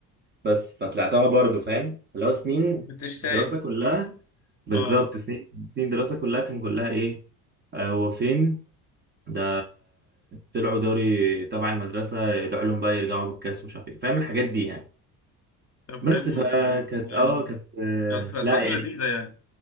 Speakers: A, on the right (about 25°); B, on the left (about 35°).
A: بس فطلعتها برضه فاهم اللي هو سنين
B: ما كنتش سايب
A: دراسة كلها بالظبط
B: اه
A: سنين سنين دراسة كلها كان كلها ايه آه، هو فين ده طلعوا دوري تبع المدرسة ده علوم بقى يرجعوا بالكاس ومش عارف ايه فاهم الحاجات دي يعني
B: طب
A: بس
B: حلو
A: فكانت
B: يعني
A: اه كانت آه،
B: كانت كانت
A: لا
B: فترة
A: يعني
B: لذيذة يعني